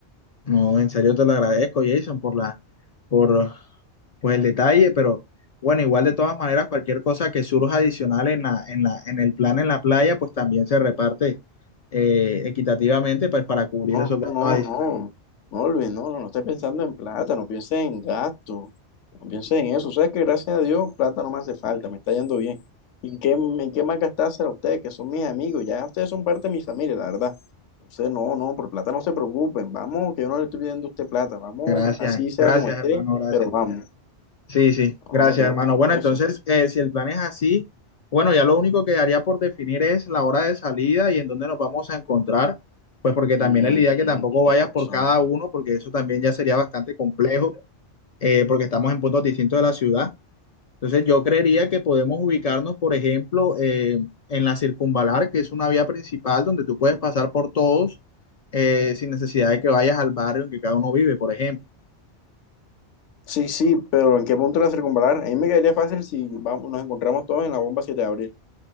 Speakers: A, on the left; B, on the left.
A: No, en serio te lo agradezco, Jason, por la, por pues, el detalle, pero bueno, igual de todas maneras, cualquier cosa que surja adicional en la, en la, en el plan en la playa, pues también se reparte eh, equitativamente pues, para cubrir
B: No,
A: esos gastos
B: no,
A: adicionales.
B: no, no, Luis, no, no, no estés pensando en plata, no pienses en gasto, no pienses en eso. Sabes que gracias a Dios plata no me hace falta, me está yendo bien. ¿Y en qué, en qué más gastársela a ustedes, que son mis amigos? Ya ustedes son parte de mi familia, la verdad. Entonces, no, no, por plata no se preocupen, vamos, que yo no le estoy pidiendo a usted plata, vamos,
A: Gracias,
B: así sea
A: gracias,
B: como esté,
A: hermano, gracias.
B: pero vamos,
A: Sí, sí,
B: no,
A: gracias,
B: no te preocupes
A: hermano. Bueno,
B: por
A: entonces,
B: eso.
A: eh, si el plan es así, bueno, ya lo único que haría por definir es la hora de salida y en dónde nos vamos a encontrar, pues porque también
B: Mm,
A: es la idea que
B: mm,
A: tampoco
B: tienes
A: vayas por
B: razón.
A: cada uno, porque eso también ya sería bastante complejo, eh, porque estamos en puntos distintos de la ciudad. Entonces, yo creería que podemos ubicarnos, por ejemplo, eh, en la Circunvalar, que es una vía principal donde tú puedes pasar por todos eh, sin necesidad de que vayas al barrio en que cada uno vive, por ejemplo.
B: Sí, sí, pero ¿en qué punto la circunvalar? A mí me caería fácil si vamos, nos encontramos todos en la bomba 7 de abril.